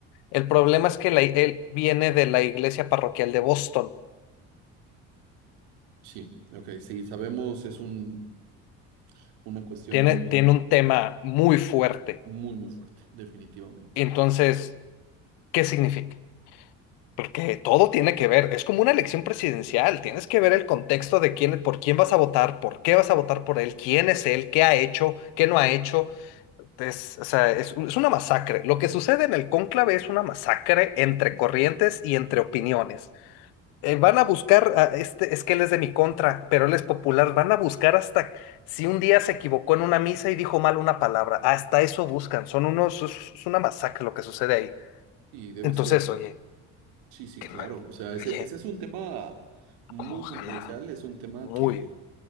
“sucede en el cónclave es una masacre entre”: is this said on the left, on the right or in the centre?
Left